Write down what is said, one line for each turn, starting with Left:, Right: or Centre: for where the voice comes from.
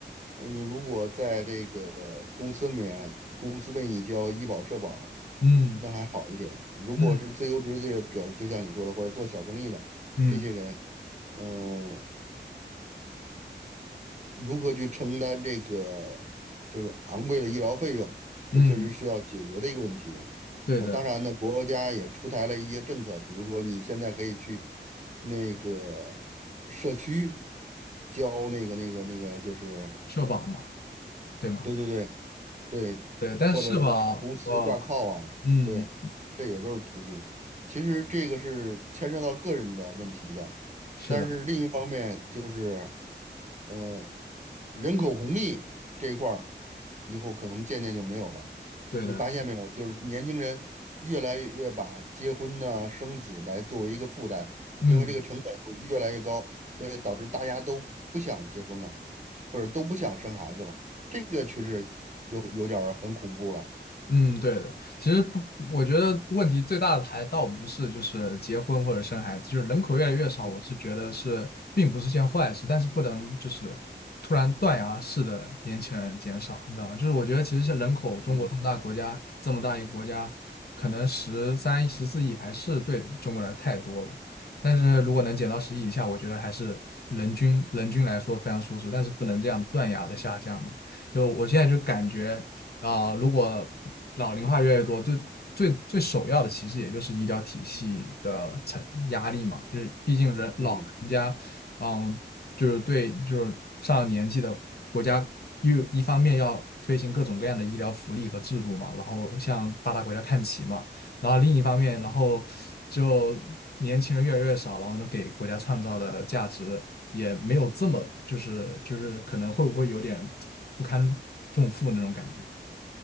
Right: 哎，你如果在这个公司里面，公司为你交医保社保。
Left: 嗯
Right: 那还好一点。如果是自由职业者，
Left: 嗯
Right: 就像你说的，或者做小生意的这些人，
Left: 嗯
Right: 嗯、如何去承担这个就是昂贵的医疗费用，这确实是要解决的一个问题。
Left: 嗯，对的，
Right: 那当然呢，国家也出台了一些政策，比如说你现在可以去那个社区交那个那个那个，就是
Left: 社保嘛，对吗？
Right: 对对对，对，
Left: 对，但是社保，
Right: 或者是给公司挂靠啊，
Left: 哦，嗯，
Right: 对，这也都是途径。其实这个是牵涉到个人的问题的，
Left: 是的，
Right: 但是另一方面就是。嗯、呃人口红利这一块儿，以后可能渐渐就没有了。
Left: 对的，
Right: 你发现没有？就是年轻人越来越把结婚呢、生子来作为一个负担，
Left: 嗯。
Right: 因为这个成本会越来越高，所以导致大家都不想结婚了，或者都不想生孩子了。这个趋势就有点儿很恐怖了。
Left: 嗯，对的。其实不，我觉得问题最大的还倒不是就是结婚或者生孩子，就是人口越来越少，我是觉得是并不是件坏事，
Right: 嗯
Left: 但是不能就是突然断崖式的年轻人减少，你知道吗？就是我觉得其实像人口，中国这么大国家，
Right: 嗯
Left: 这么大一个国家，可能十三、十四亿还是对中国来太多了。但是如果能减到十亿以下，
Right: 嗯
Left: 我觉得还是人均人均来说非常舒适，但是不能这样断崖的下降嘛。就我现在就感觉。啊、如果老龄化越来越多，最最最首要的其实也就是医疗体系的承压力嘛，就是毕竟人老人家，
Right: 嗯
Left: 嗯，就是对就是上了年纪的国家又一方面要推行各种各样的医疗福利和制度嘛，然后向发达国家看齐嘛，然后另一方面，然后就年轻人越来越少，
Right: 嗯，
Left: 然后能给国家创造的价值也没有这么就是就是可能会不会有点不堪重负那种感觉。